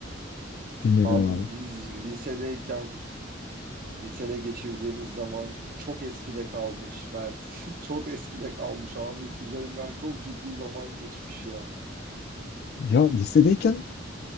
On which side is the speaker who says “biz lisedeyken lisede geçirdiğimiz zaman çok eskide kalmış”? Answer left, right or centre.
Right